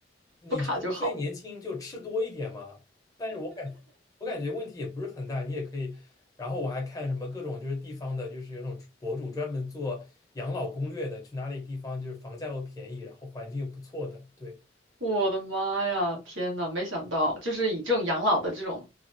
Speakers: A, on the left; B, on the right.
A: 你这无非年轻就吃多一点嘛，
B: 不卡就好。
A: 但是我感我感觉问题也不是很大，你也可以。然后我还看什么各种就是地方的，就是有那种博主专门做养老攻略的，去哪里地方就是房价又便宜，然后环境又不错的，对，
B: 我的妈呀，天呐，没想到，就是以这种养老的这种